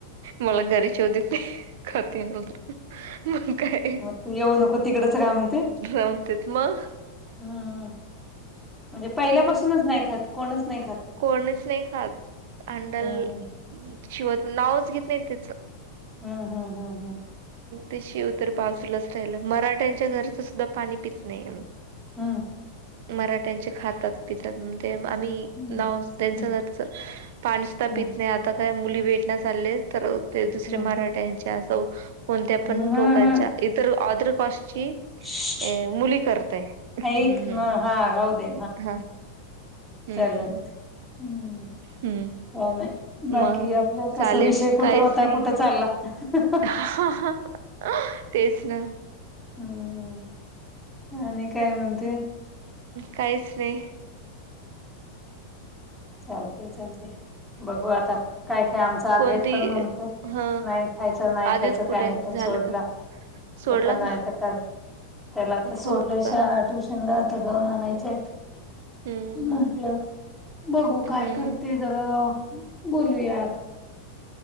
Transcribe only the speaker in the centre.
हम्म
मग तू येऊ नको तिकडचं काय म्हणते?
ह, म्हणजे पहिल्यापासूनच नाही खात कोणच? नाही खात
हम्म
हं, हं, हं, हं.
हं.
हम्म
हम्म
हम्म
हम्म
हम्म
हम्म
हम्म
श्श्श.
ऐक ना हा राहू दे
चालेल हम्म,
काय नाही. बाकी
आपलं कस
विषय कुठं
होता
कुठं चालला. <unintelligible>
हम्म आणि काय म्हणते?
चालतंय चालतंय. बघू आता काय काय आमच अद्वेत
पण म्हणतो
नाय खायचं नाय
खायचं
त्याने
पण
सोडला
तो पण नाय
त काय त्याला आता सोडलंय
शा ट्युशनला आता जाऊन आणायचंय.
म्हटलं
बघू
काय करते जरा बोलूयात.